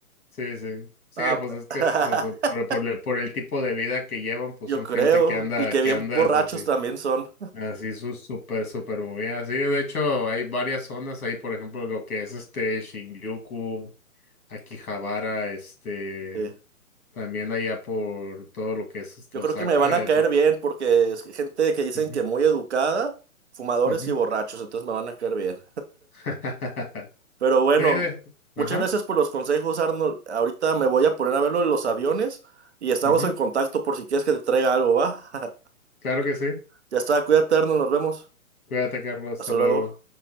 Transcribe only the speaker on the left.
Sí, sí. Sí,
pues es que
eso, eso, por, por el, por el tipo de vida que llevan, pues
son
gente que anda,
que
anda
es así,
así su súper, súper movida Sí, de hecho hay varias zonas ahí, por ejemplo, lo que es este Shinjuku, Akihabara, este...
También allá por todo lo que es este
Osaka.
eh,
ujú,
ujú.
<laughs>
Sí, de- ajá.
ujú.
Claro que sí.
Cuídate, Carlos.
Hasta luego.